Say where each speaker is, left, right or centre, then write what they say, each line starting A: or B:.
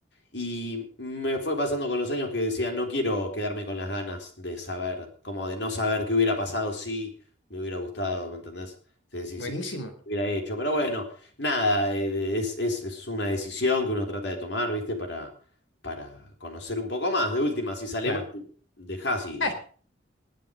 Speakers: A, on the left; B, on the left.
A: Y me fue pasando con los años que decía, no quiero quedarme con las ganas de saber, como de no saber qué hubiera pasado si me hubiera gustado, ¿me entendés? Si, si,
B: buenísimo,
A: si hubiera hecho. Pero bueno, nada, eh, es, es, es una decisión que uno trata de tomar, ¿viste? Para, para conocer un poco más. De última, si sale
B: claro.
A: mal, dejás y...
B: <laughs>